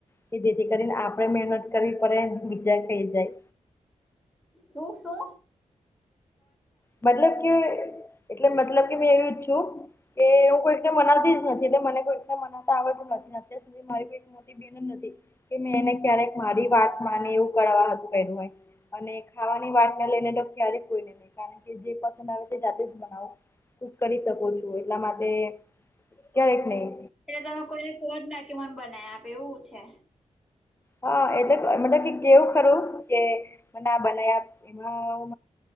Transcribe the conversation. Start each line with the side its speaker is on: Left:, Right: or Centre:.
Left: કે જેથી કરીને આપડે મહેનત કરીવી પડે બીજા કઈ જાય.
Centre: શુ શુ?
Left: મતલબ કે એટલે મતલબ એવી જ છુ. એ હું કોઈકને મનાવતી જ નથી એટલે મને કોઈકને મનાવતા આવડતું નથી અત્યાર સુધી મારી બેન જ નથી કે મે એને ક્યારેક મારી વાત માને એવુ કરવા કહયુ હોય. અને ખાવાની વાતને લઈને તો ક્યારે કારણ કે જે પસંદ આવે તે જાતે જ બનાવો કુક કરી શકો છો એટલા માટે ક્યારેય નહીં.
Centre: એટલે તમે કોઈને કોજ નહીં કે મને બનાવી આપે એવું છે?
Left: હા એ તો મતલબ કે એવુ ખરું કે મને આ બનાવી આપ એમાં